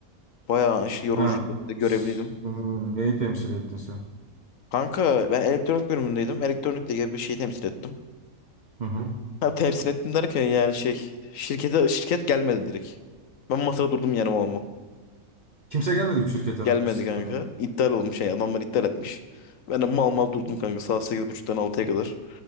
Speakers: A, on the left; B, on the right.
A: Bayağı işte yorucuydu.
B: Ha.
A: Görevliydim.
B: s- hı hı. Neyi temsil ettin sen?
A: Kanka ben elektronik bölümündeydim. Elektronikle ilgili bir şey temsil ettim.
B: Hı hı.
A: Ha, temsil ettim derken yani şey şirkete şirket gelmedi direkt. Ben masada durdum yani oğlum.
B: Kimse gelmedi mi şirkete
A: Gelmedi
B: is-
A: kanka.
B: adına?
A: İptal olmuş şey adamlar iptal etmiş. Ben de mal mal durdum kanka saat 8.30'dan altıya kadar.